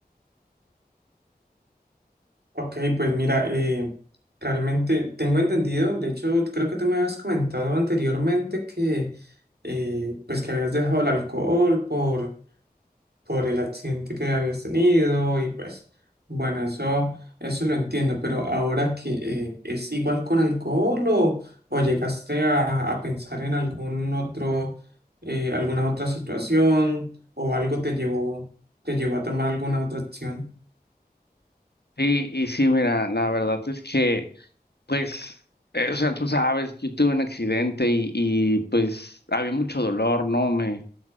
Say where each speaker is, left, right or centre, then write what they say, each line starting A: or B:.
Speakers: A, on the right; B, on the left.
A: Ok, pues mira, eh, realmente tengo entendido, de hecho creo que tú me habías comentado anteriormente que eh, pues que habías dejado el alcohol por, por el accidente que habías tenido y pues bueno, eso, eso lo entiendo, pero ahora que eh, es igual con alcohol o, o llegaste a, a pensar en algún otro, eh, alguna otra situación o algo te llevó, te llevó a tomar alguna otra acción.
B: Sí, y sí, mira, la verdad es que pues... eh, O sea, tú sabes, yo tuve un accidente y, y pues había mucho dolor, ¿no? Me,